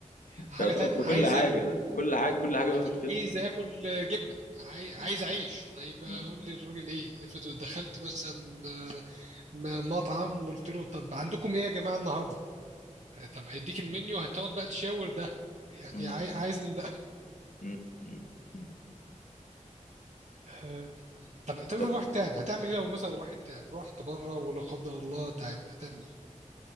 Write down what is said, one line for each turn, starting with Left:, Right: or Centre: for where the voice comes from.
Right: حاجه
Left: ده طبعا
Right: تانية
Left: في كل
Right: عايز
Left: حاجة
Right: اكل
Left: ده كل حاجة كل حاجة بقى مشكلة
Right: عايز اكل جبنه عاي- عايز
Left: مم.
Right: اعيش طيب اقول
Left: مم.
Right: للراجل ايه افرض دخلت مثلا م- مطعم وقلت له طب عندكم ايه يا جماعه النهارده طب هيديك المنيو هتقعد بقى تشاور ده يعني
Left: مم.
Right: عاي- عايز من ده
Left: مم. مم.
Right: آه، طب طب
Left: طب
Right: في واحد تعب هتعمل ايه لو مثلا واحد تعب رحت بره ولا قدر الله تعبت هتعمل ايه